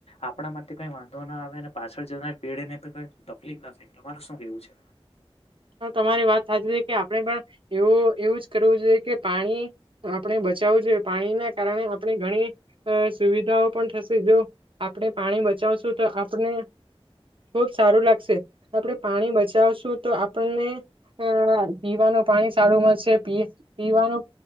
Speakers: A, on the left; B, on the right.
A: આપણા માટે કઈ વાં ધો ના આવેને પાછળ જનાર પીઢે ને કઈ તકલીફ નથી તમારું શું કેવું છે?
B: હ તમારી વાત સાચી છે, કે આપણે પણ એવું એવું જ કરવું જોઈએ કે પાણી આપણે બચાવું જોઈએ પાણીના કારણે આપણે ઘણી અ સુવિધાઓ પણ થશે જો આપણે પાણી બચાવશું તો આપણે ખુબ સારું લાગશે આપણેે પાણી બચાવશું તો આપણને આ પીવાનું પાણી સારું મળશે પી પીવાનું